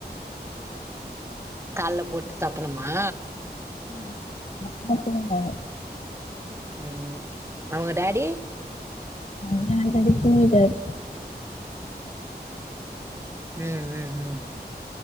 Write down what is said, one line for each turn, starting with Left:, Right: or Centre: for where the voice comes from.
Right: கால்ல போட்டு தட்டனுமா
Left: <inaudible>
Right: ம் அவுங்க டாடி
Left: அவர் அல்ரெடி தூங்கிட்டாரு
Right: ம் ம் ம்